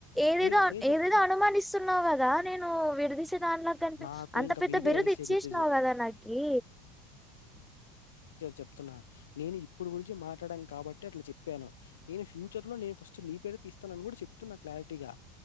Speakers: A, in the centre; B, on the left.
A: ఏదేదో
B: నేను అదే చెప్తు
A: ఏదేదో అనుమానిస్తున్నావు కదా నేను విడదీసే దానిలోంటే
B: నాకు
A: అంత
B: ఇంక
A: పెద్ద
B: బీపీ
A: బిరుదు
B: రైస్ చేపితే
A: ఇచ్చేసినావు కదా నాకి
B: చెప్తున్నాను నేను ఇప్పుడు గురించి మాట్లాడానికి కాబట్టి అట్లా చెప్పాను నేను ఫ్యూచర్ లో నేను ఫస్ట్ నీ పేరు తీస్తానని కూడా చెప్తున్నా క్లారిటీ గా